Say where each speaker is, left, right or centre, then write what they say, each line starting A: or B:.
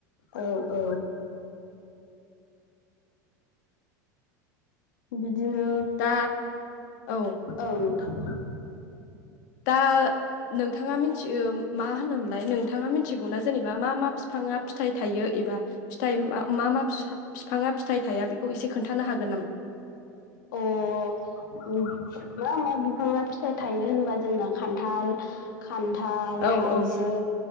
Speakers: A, on the left; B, on the left.
A: औ औ बिदिनो
B: दा औ
A: औ नोंथां
B: दा नोंथाङा मिथियो मा होनोमोनलाय नोंथाङा मिथिगौना जेनेबा मा मा बिफाङा फिथाइ थायो एबा फिथाइ मा मा बिफाङा फिथाइ थाया बेखौ एसे खोन्थानो हागोन नामा <inaudible>
A: अ मा मा बिफाङा फिथाइ थायो होनबा जोंना खान्थाल खान्थाल
B: औ
A: थाइजौ
B: औ